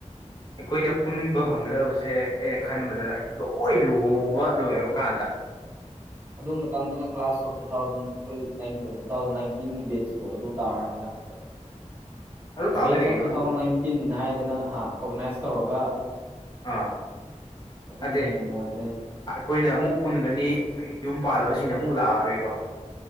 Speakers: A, on the left (about 35°); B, on the right (about 15°).
A: ꯑꯩꯈꯣꯏꯅ ꯄꯨꯟꯕ ꯐꯪꯒꯗꯕꯁꯦ ꯑꯩꯅ ꯈꯟꯕꯗ ꯂꯣꯏ ꯂꯨꯍꯣꯡꯕ ꯂꯣꯏꯔꯕ ꯀꯥꯟꯗ
B: ꯑꯗꯨ ꯃꯇꯝꯗꯅ ꯀ꯭ꯂꯥꯁ ꯑꯣꯐ ꯇꯨ ꯊꯥꯎꯖꯟ ꯑꯩꯈꯣꯏ ꯇꯨ ꯊꯥꯎꯖꯟ ꯅꯥꯏꯟꯇꯤꯟꯒꯤ ꯕꯦꯠꯁꯇꯣ ꯑꯗꯨ ꯇꯥꯔꯅꯤ ꯑꯁ
A: ꯑꯗꯨ ꯇꯥꯗꯣꯏꯅꯤ
B: ꯕꯦꯠꯁ ꯑꯣꯐ
A: ꯀꯩꯅꯣ
B: ꯇꯨ
A: ꯑꯗꯨꯕꯨꯗꯤ
B: ꯊꯥꯎꯖꯟ ꯅꯥꯏꯟꯇꯤꯟ ꯍꯥꯏꯗꯅ ꯑꯣꯔꯒꯅꯥꯏꯁ ꯇꯧꯔꯒ
A: ꯑꯥ
B: ꯑꯗꯨꯅ
A: ꯅꯠꯇꯦ
B: ꯍꯦꯟꯅ ꯅꯨꯡꯉꯥꯏꯖꯦ
A: ꯑꯩꯈꯣꯏꯅ ꯑꯃꯨꯛ ꯄꯨꯟꯒꯅꯤ ꯌꯨꯝ ꯄꯥꯜꯂꯕꯁꯤꯡꯗ ꯑꯃꯨꯛ ꯂꯥꯛꯑꯔꯣꯏꯀꯣ